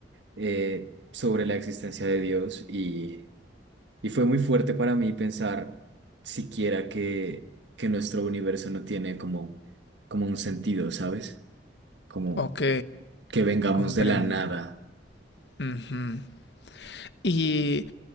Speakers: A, on the right; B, on the left.
A: eh, sobre la existencia de Dios y, y fue muy fuerte para mí pensar siquiera que, que nuestro universo no tiene como, como un sentido, ¿sabes? Como
B: Ok,
A: que vengamos
B: comprendo.
A: de la nada.
B: Ujú. Y